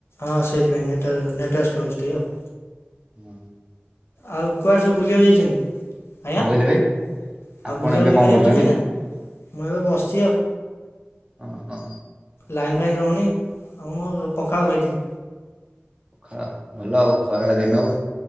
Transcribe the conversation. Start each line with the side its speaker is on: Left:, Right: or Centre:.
Left: ହଁ ସେଇଥିପାଇଁ ନେଟୱର ନେଟୱର୍କ ସ୍ଲୋ ହଉଛି ଟିକେ ଆଉ।
Right: ହୁଁ।
Left: ଆଉ କୁଆଡେ ସବୁ ବୁଲିବାକୁ ଯାଇଛନ୍ତି ଆଜ୍ଞା
Right: କଣ
Left: ଆଉ
Right: କହିଲେ ଭାଇ ଆପଣ
Left: ବୁଲିବା
Right: ଏବେ
Left: ବୁଲି
Right: କଣ
Left: କରିବାକୁ
Right: କରୁଛନ୍ତି?
Left: କୁଆଡେ ଯାଇନାହାନ୍ତି ମୁଁ ଏବେ ବସିଛି ଆଉ।
Right: ଓ ହୋ।
Left: ଲାଇନ୍ ଫାଇନ୍ ରହୁନି ଆଉ ମୁଁ ପଖାଳ ଖାଇଥିଲି।
Right: ଖ ଭଲ ଆଉ ଖରା ଦିନ ଆଉ।